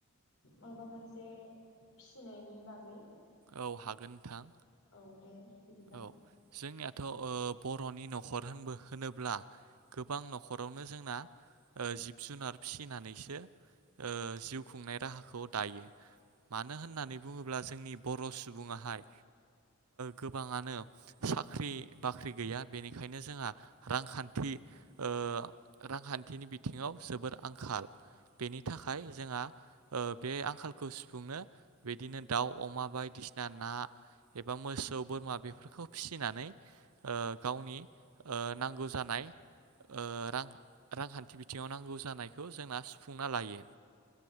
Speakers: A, on the left; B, on the right.
A: माबा मोनसे फिसिनायनि बागै
B: औ हागोन नोंथां
A: औ दे बिदिब्ला
B: औ जोंनियाथ' बर'नि न'खर होन होनोब्ला गोबां न'खरावनो जोंना जिब जुनार फिसिनानैसो जिउ खुंनाय राहाखौ दायो मानो होननानै बुङोब्ला जोंनि बर' सुबुङाहाय गोबाङानो साख्रि बाख्रि गैया बेनिखायनो जोंहा रांखान्थि ओ, रांखान्थिनि बिथिङाव जोबोर आंखाल बेनि थाखाय जोंहा बे आंखालखौ सुफुंनो बिदिनो दाउ अमा बायदिसिना ना एबा मोसौ बोरमा बेफोरखौ फिसिनानै ओ गावनि ओ नांगौ जानाय ओ रां रांखान्थि बिथिङाव नांगौ जानायखौ जोंना सुफुंना लायो